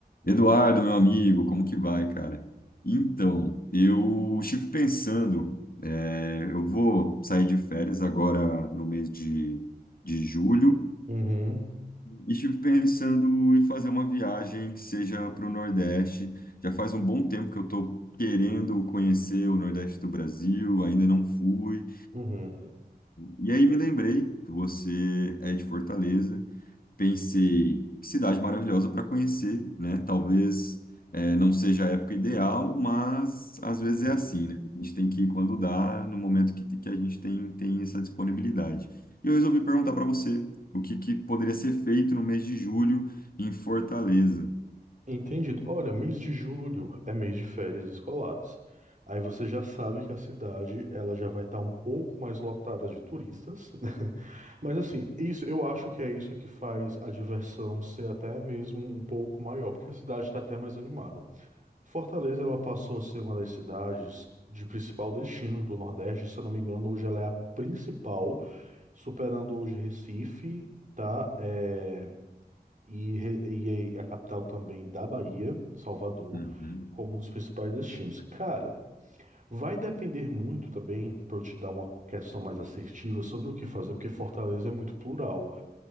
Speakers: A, on the left; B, on the right.
A: Eduardo, meu amigo, como que vai, cara? Então, eu estive pensando, é, eu vou sair de férias agora no mês de, de julho,
B: Uhum,
A: e estive pensando em fazer uma viagem que seja para o Nordeste. Já faz um bom tempo que eu estou querendo conhecer o Nordeste do Brasil, ainda não fui.
B: uhum,
A: E aí me lembrei que você é de Fortaleza pensei, que cidade maravilhosa para conhecer, né? Talvez eh, não seja a época ideal, mas às
B: uhum.
A: vezes é assim, né? A gente tem que ir quando dá, no momento que, que a gente tem, tem essa disponibilidade. E eu resolvi perguntar para você o que, que poderia ser feito no mês de julho em Fortaleza.
B: Entendido. Olha, mês de julho é mês de férias escolares. Aí você já sabe que a cidade ela já vai estar um pouco mais lotada de turistas. <laughs> Mas assim, isso eu acho que é isso que faz a diversão ser até mesmo um pouco maior, porque a cidade está até mais animada. Fortaleza ela passou a ser uma das cidades de principal destino do Nordeste, se eu não me engano, hoje ela é a principal, superando hoje Recife, tá? é e, re- e a capital também da Bahia, Salvador,
A: Uhum.
B: como um dos principais destinos. Cara, vai depender muito também, para eu te dar uma questão mais assertiva sobre o que fazer, porque Fortaleza é muito plural,